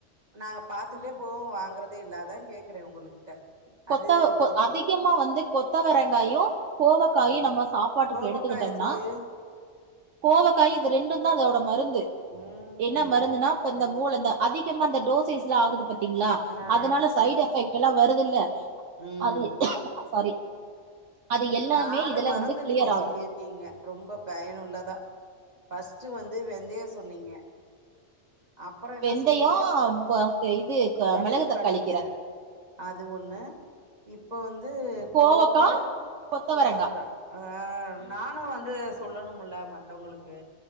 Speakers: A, on the right; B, on the right.
A: நாங்க பாத்துட்டே
B: ம்
A: போவோம் வாங்கறது அ இல்லாதான் கேக்குறேன் உங்ககிட்ட
B: கொத்த
A: அதுக்கு
B: அதிகமா வந்து கொத்தவரங்காயும் கோவைக்காய்
A: ம்
B: நம்ம சாப்பாட்டுக்கு
A: கோவக்கா
B: எடுத்துக்கிட்டோம்னா
A: எதுக்கு
B: கோவக்காய் ரெண்டும் தான் அதோட மறு ந்து
A: ம்
B: என்ன மருந்துனா இப்ப இந்த <unintelligible> அதிகமா அந்த டோசைஸ்ல ஆகு பத்தி ங்களா
A: ஆ
B: அதனால சைட் எஃபெக்ட் எல்லாம் வருது இல்ல
A: ம்
B: அது சாரி அது எல்லாமே
A: நாலு
B: இதுல
A: மறந்து
B: வந்து கிளியர்
A: நீங்க
B: ஆகு
A: சொல்லிருக்கீங்க ரொம்ப பயனுள்ளதா பஸ்ட்ட் வந்து வெந்தய சொன்னீங்க அப்புறம் என்ன
B: வெந்தயோ
A: சொன்னீங்க
B: இது
A: மணத்தக்காளிகிற
B: மிளகு தக்காளி கீர
A: அது ஒண்ணு இப் இப்ப வந்து அது கோவக்காய்
B: கோவக்கா கொத்தவரங்கா
A: கொத்தரங்கா அஹ
B: ம்
A: நானும் வந்து சொல்லணும்ல மத்தவங்களுக்கு